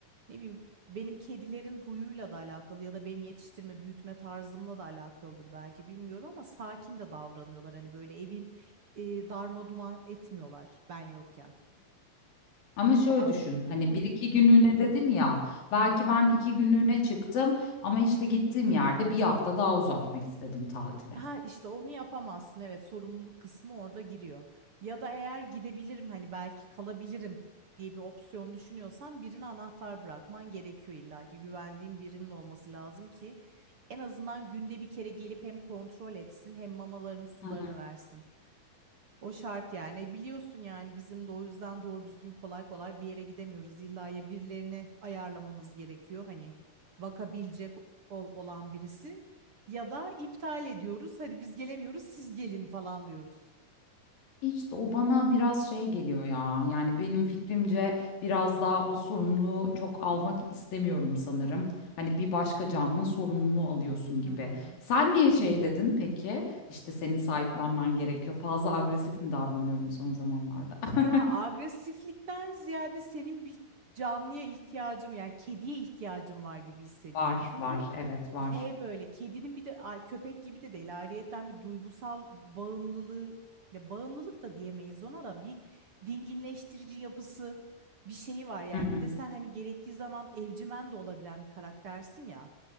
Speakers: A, on the right; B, on the left.
A: Ne bileyim benim kedilerin huyuyla da alakalı ya da benim yetiştirme büyütme tarzımla da alakalıdır belki bilmiyorum ama sakin de davranıyorlar. Hani böyle evin e, darma duman etmiyorlar ben yokken.
B: Ama şöyle
A: Bazı
B: düşün hani
A: Hı.
B: bir iki günlüğüne dedin ya belki
A: Hı hı.
B: ben iki günlüğüne çıktım ama işte gittiğim yerde bir hafta daha uzatmak istedim tatili.
A: Ha işte onu yapamazsın. Evet, sorumluluk kısmı orada giriyor. Ya da eğer gidebilirim hani belki kalabilirim diye bir opsiyon düşünüyorsan birine anahtar bırakman gerekiyor illa ki güvendiğin birinin olması lazım ki en azından günde bir kere gelip hem kontrol etsin hem mamalarını sularını
B: Hı hı.
A: versin. O şart yani. E, Biliyorsun yani bizim de o yüzden doğru düzgün kolay kolay bir yere gidemiyoruz. İlla ya birilerini ayarlamamız gerekiyor. Hani bakabilecek ol- olan birisi ya da iptal ediyoruz. Hadi biz gelemiyoruz, siz gelin falan diyoruz.
B: İşte o bana biraz şey geliyor ya. Yani benim fikrimce biraz daha o sorumluluğu çok almak istemiyorum sanırım. Hani bir başka canlının sorumluluğunu alıyorsun gibi.
A: Hı hı.
B: Sen niye şey dedin peki? İşte senin sahiplenmen gerekiyor. Fazla agresif mi davranıyorum son zamanlarda? <laughs>
A: Ya agresiflikten ziyade senin bir canlıya ihtiyacım yani kediye ihtiyacım var gibi hissediyorum.
B: Var,
A: Çünkü
B: var. Evet, var.
A: şey böyle kedinin bir de ay, köpek gibi de değil ayrıyetten bir duygusal bağımlılığı ya bağımlılık da diyemeyiz ona da bir dinginleştirici yapısı bir şeyi var yani.
B: Hı hı.
A: Bir de sen hani gerektiği zaman evcimen de olabilen bir karaktersin ya.